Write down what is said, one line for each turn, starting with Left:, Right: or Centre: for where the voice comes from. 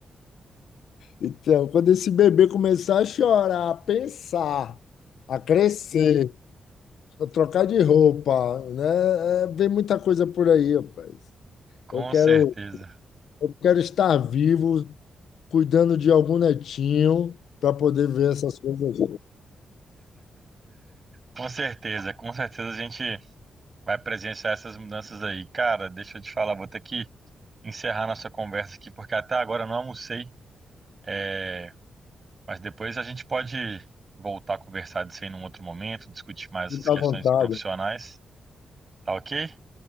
Left: Então, quando esse bebê começar a chorar, a pensar, a crescer, a trocar de roupa, né? É, Vem muita coisa por aí, rapaz.
Right: Com
Left: Eu quero,
Right: certeza,
Left: eu quero estar vivo, cuidando de algum netinho, para poder ver essas coisas.
Right: com certeza, com certeza a gente vai presenciar essas mudanças aí. Cara, deixa eu te falar, vou ter que encerrar nossa conversa aqui, porque até agora eu não almocei, é, mas depois a gente pode voltar a conversar disso aí num outro momento, discutir mais
Left: Fica
Right: essas questões
Left: à vontade.
Right: profissionais, tá ok?